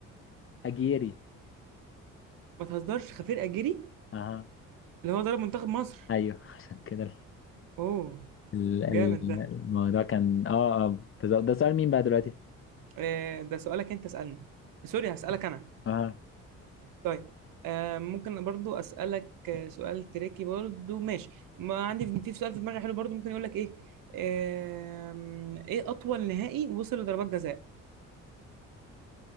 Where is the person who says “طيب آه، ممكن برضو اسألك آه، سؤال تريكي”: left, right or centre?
Right